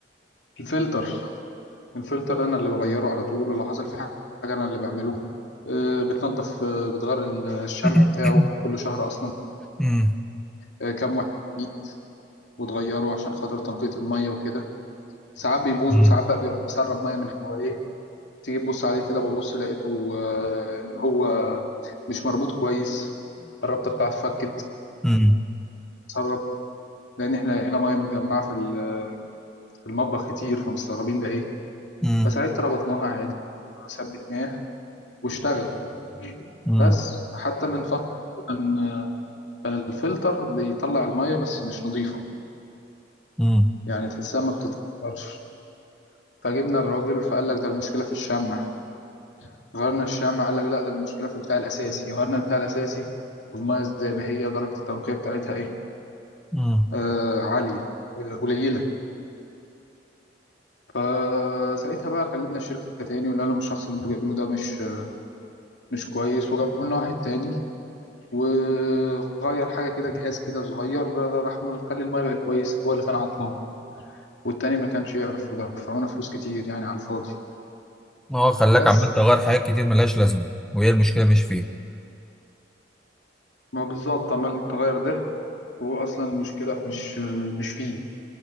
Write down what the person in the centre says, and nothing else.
<coughs>
مم.
مم.
مم.
مم.
مم.
مم.
مم.
<coughs> هو خلاك
عمال تغير حاجات كتير ملهاش لازمه وهي المشكله مش فيه